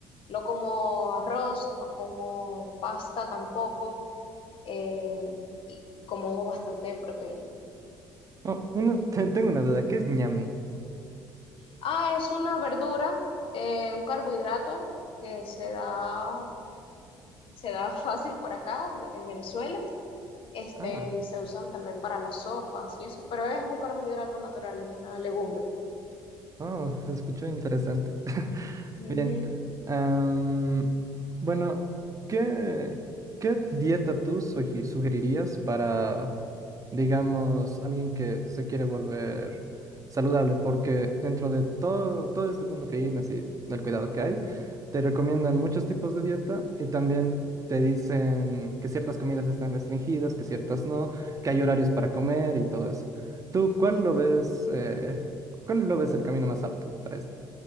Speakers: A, on the left; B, on the right.
A: no como arroz, no como pasta tampoco, eh, y como bastante proteína.
B: Oh, uno, <laughs> te- tengo una duda, ¿qué es ñame?
A: Ah, es una verdura, eh, un carbohidrato que se da, se da <laughs> fácil por acá, de- en Venezuela, este,
B: Ah,
A: y se usan también para las sopas y eso, pero es un carbohidrato natural, es una legumbre.
B: oh, <laughs> se escuchó interesante. <laughs>
A: Ujú.
B: Bien, am, bueno, ¿qué, qué dieta tú sugi- sugerirías para digamos, alguien que se quiere volver saludable, porque dentro de todo, todo este mundo fitness y del cuidado que hay, te recomiendan muchos tipos de dieta y también te dicen que ciertas comidas están restringidas, que ciertas no, que hay horarios para comer y todo eso. ¿Tú cuál lo ves, eh, cuál lo ves el camino más apto para esto?